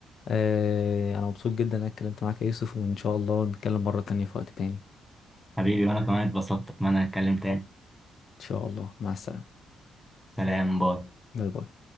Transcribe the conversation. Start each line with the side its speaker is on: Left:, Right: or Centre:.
Left: آه انا مبسوط جدا إن انا اتكلمت معاك يا يوسف وان شاء الله نتكلم مرة تانية في وقت تاني
Centre: حبيبي وانا كمان اتبسطت اتمنى نتكلم تاني
Left: ان شاء الله مع السلامة
Centre: سلام باي
Left: باي باي